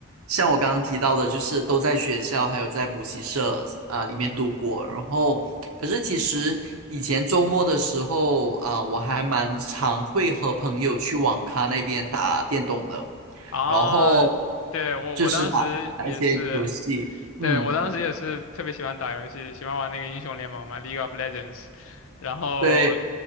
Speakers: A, on the right; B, on the left.
A: 像我刚刚提到的，就是都在学校还有在补习社啊、里面度过。然后，可是其实以前周末的时候啊、我还蛮常会和朋友去网咖那边打电动的，
B: 啊！
A: 然后
B: 对，我我当时也是，
A: 就是打打一些游戏，嗯。
B: 对，我当时也是特别喜欢打游戏，喜欢玩那个英雄联盟嘛，League of Legends。然后
A: 对，